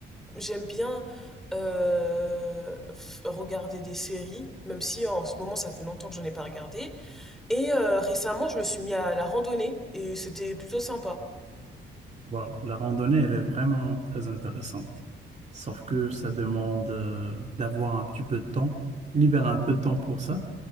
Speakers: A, in the centre; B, on the right.
A: j'aime bien euh, f- regarder des séries, même si en ce moment ça fait longtemps que j'en ai pas regardé. Et euh, récemment, je me suis mis à la randonnée et c'était plutôt sympa.
B: Voilà, la randonnée, elle est vraiment très intéressante. Sauf que ça demande euh, d'avoir un petit peu de temps, libérer un peu de temps pour ça.